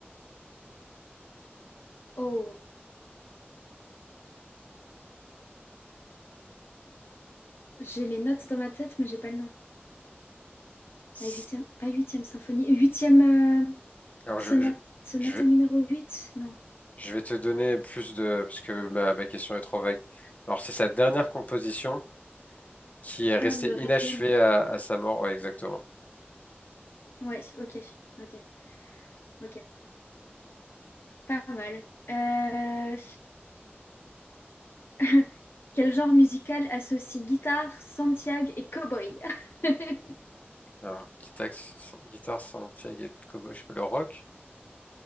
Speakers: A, on the left; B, on the left.
A: Oh, j'ai les notes dans ma tête, mais j'ai pas le nom.
B: C'est-
A: La huitième, pas huitième symphonie, huitième euh,
B: Alors,
A: sonate,
B: je, je,
A: sonata
B: je
A: numéro huit non.
B: Je vais te donner plus de... Parce que ma, ma question est trop vague. Alors, c'est sa dernière composition qui est restée
A: Ah, le
B: inachevée
A: Requiem.
B: à, à sa mort. Ouais, exactement.
A: Ouais, ok, ok, ok. Pas mal. Euh, <laughs> Quel genre musical associe guitare, Santiago et cowboy? <laughs>
B: Alors, guitare, guitare Santiago et Kobo, je sais pas, le rock?